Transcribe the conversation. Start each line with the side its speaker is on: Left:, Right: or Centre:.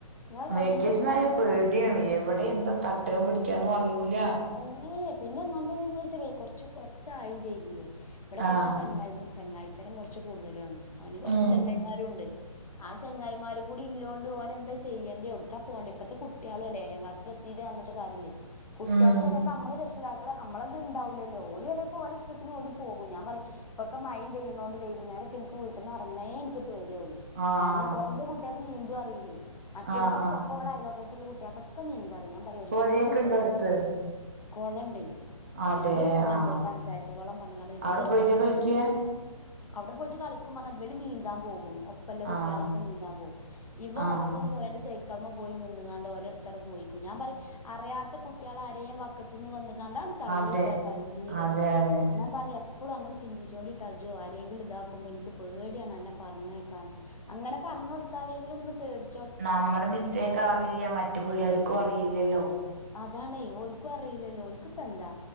Left: ഇങ്ങള്
Right: വെക്കേഷൻ
Left: രണ്ട് മാസം
Right: ആയ പേടിയാണ്
Left: ഞാൻ
Right: എവിടെ എന്താ തട്ട പിടിക്കാന്നും അറിയൂല
Left: അങ്ങനെ പിന്നെ ഒന്നാമത് എന്നെച്ചാ കൊറച്ച കൊറച്ചായിം ചെയ്തിലേ ഇവിടെ കൊറച്ച്
Right: ആഹ്
Left: ചങ്ങായി ചെങ്ങായിത്തരം കൊറച്ച് കൂടുതലും ആണ് ഓന് കൊറച്ച്
Right: ഉം
Left: ചെങ്ങായിമാരും ഉണ്ട് ആ ചങ്ങായിമാരും കൂടി ഇല്ലോണ്ട് ഓനെന്താ ചെയ്യേണ്ടി എവ്ടുക്കാ പോണ്ട്യെ ഇപ്പത്തെ കുട്ട്യളു അല്ലേ ഏഴാം ക്ലാസില് എ ത്തീണ് പറഞ്ഞിട്ട് കാര്യല്ലേ
Right: ഉം
Left: ട്ട്യാക്ക്‌ ചെലപ്പൊ നമ്മള് രക്ഷിതാക്കള് നമ്മളത് ഉണ്ടാവുലല്ലോ ഓല് ചെലപ്പോ ഓലെ ഇഷ്ടത്തിന് ഓല് പോകും ഞാൻ പറയും ഇപ്പൊക്ക മഴിം പെയ്യ്ണോണ്ട് വൈകുന്നേരൊക്കെ ഇൻക്ക് വീട്ടിന്ന് എറങ്ങ്ണേ ഇൻക്ക് പേടിയാവോല്
Right: ആഹ്
Left: കാരണം കൊ ഇന്റെ കുട്ട്യാക്ക് നീന്തും അറിയില്ലേ മറ്റോൽക്കൊക്കെ
Right: ആഹ് ആഹ്
Left: ഒപ്പം ഇവടെ അയലോക്ക ത്ത്ള്ള കുട്ട്യാക്കൊക്കെ നീന്താറിയാ ഞാൻ പറയാ ഒരിക്കലും
Right: പൊഴയൊക്കെ ഇണ്ടോ
Left: പോവരുത്ട്ടോ
Right: അടുത്ത്
Left: കൊളണ്ടേയ്
Right: അതെ
Left: വല്യ കൊളണ്ട്
Right: ആഹ്
Left: പഞ്ചായത്ത് കൊളം പറഞ്ഞ്ങ്ങാണ്ട് വല്യൊരു
Right: അവിടെ പോയിട്ടാ
Left: കൊളണ്ട്
Right: കളിക്ക
Left: അവ്ടെ പോയിട്ട് കളിക്കും പറഞ്ഞ ഇവല് നീന്താൻ പോകും ഒപ്പംല്ല കുട്ട്യാളൊക്കെ
Right: ആഹ്
Left: നീന്താൻ പോകും ഇവൻ
Right: ആഹ്
Left: ഒപ്പം പോയാണ്ട് സൈക്കളിമ്മേ പോയി നിന്ന്ങ്ങാണ്ട് ഓലെ അടാത്തടെ പോയിക്കും ഞാൻ പറയും അറിയാത്ത കുട്ട്യളാ രേം വക്കത്ത്ന്ന് വന്ന്ങ്ങാണ്ട് അങ്ങട് തള്ളിയിട്ടാ
Right: അതെ
Left: കഴിഞ്ഞ്ലേ
Right: അതെ അതെ
Left: ഞാൻ പറയും എപ്പളും അങ്ങനെ ചിന്തിച്ചോണ്ടിട്ടാ അജോ ആരെങ്കിലും ഇതാക്കുമ്പോ എനിക്ക് പേടിയാണ് അന്നെ പറഞ്ഞയക്കാന് അങ്ങനെ പറഞ്ഞ് കൊടുത്താലെങ്കിലും ഒന്ന് പേടി
Right: നമ്മടെ മിസ്റ്റേക്ക് ആവില്ല മറ്റ് പിള്ളേർക്കും അറിയില്ലല്ലോ
Left: അതാണേ ഓൽക്കും അറീലല്ലോ ഓൽക്കിപ്പ എന്താ